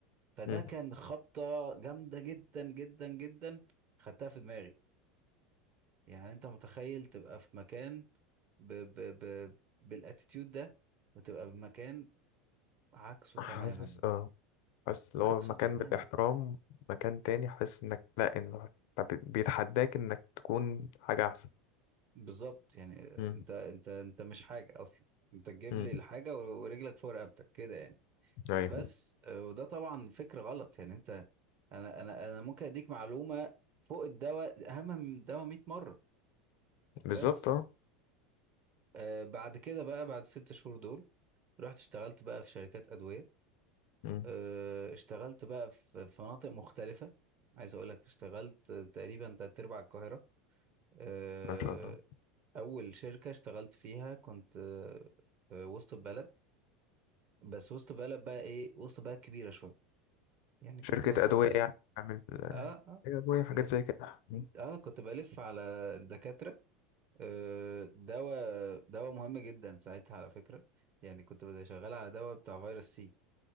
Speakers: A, on the right (about 45°); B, on the left (about 65°).
A: فده
B: مم.
A: كان خبطة جامدة جدا جدا جدا خدتها في دماغي يعني انت متخيل تبقى في مكان ب ب ب بالاتيتيود ده وتبقى في مكان عكسه
B: حاسس
A: تماما
B: اه بس اللي
A: عكسه
B: هو مكان
A: تماما
B: بالاحترام مكان تاني حاسس انك لا انه طب بيتحداك انك تكون حاجة احسن
A: بالظبط يعني آه،
B: مم،
A: انت انت انت مش حاجه اصلا انت تجيب
B: مم.
A: لي الحاجه و- ورجلك فوق رقبتك كده يعني
B: ايوه
A: بس آه، وده طبعا فكر غلط يعني انت انا انا انا ممكن اديك معلومه فوق الدواء اهم من الدواء 100 مره
B: بالظبط
A: بس
B: اه
A: آه، بعد كده بقى بعد ست شهور دول رحت اشتغلت بقى في شركات ادويه
B: مم.
A: آه، اشتغلت بقى في في مناطق مختلفه عايز اقول لك اشتغلت تقريبا تلات ارباع القاهره آه،
B: ما شاء الله
A: اول شركه اشتغلت فيها كنت آه، آه، وسط البلد بس وسط بلد بقى ايه وسط بلد كبيرة شوية يعني
B: شركة
A: كنت وسط
B: أدوية
A: بلد
B: يعني عامل
A: اه اه
B: هي أدوية وحاجات
A: كنت
B: زي كده مم.
A: اه كنت بلف على الدكاترة آه دواء دواء مهم جدا ساعتها على فكرة يعني كنت بدي شغال على دواء بتاع فيروس سي